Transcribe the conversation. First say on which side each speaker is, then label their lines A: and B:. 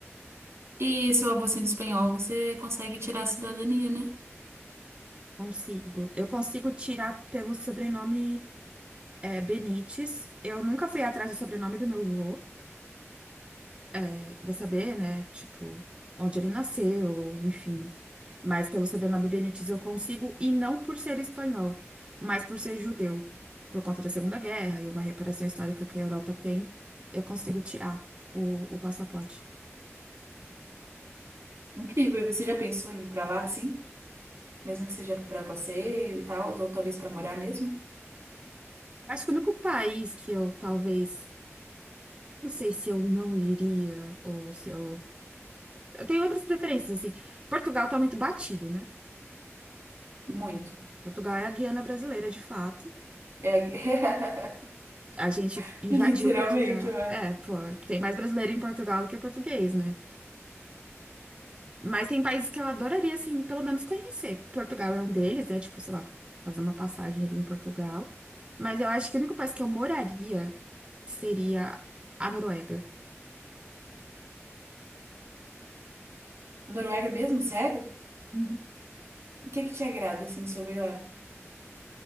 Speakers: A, on the right; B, on the right.
A: E seu avô sendo espanhol, você consegue tirar a cidadania, né?
B: Consigo. Eu consigo tirar pelo sobrenome, é, Benites. Eu nunca fui atrás do sobrenome do meu avô, é, pra saber, né? Tipo, onde ele nasceu, enfim Mas pelo sobrenome Benítez eu consigo, e não por ser espanhol, mas por ser judeu. Por conta da Segunda Guerra e uma reparação histórica que a Europa tem, eu consigo tirar o, o passaporte.
A: Incrível. E você já pensou em ir pra lá, assim? Mesmo que seja pra passeio e tal, ou talvez pra morar mesmo?
B: Acho que o único país que eu talvez. Não sei se eu não iria, ou se eu. Eu tenho outras preferências, assim. Portugal tá muito batido, né?
A: Muito.
B: Portugal é a Guiana brasileira, de fato.
A: É...
B: A gente
A: <laughs>
B: invadiu
A: Literalmente,
B: Portugal.
A: ué.
B: É, pô, tem mais brasileiro em Portugal do que português, né? Mas tem países que eu adoraria, assim, pelo menos conhecer. Portugal é um deles, é tipo, sei lá, fazer uma passagem ali em Portugal. Mas eu acho que o único país que eu moraria seria a Noruega.
A: Noruega mesmo? Sério?
B: Uhum.
A: O que que te agrada, assim, sobre lá?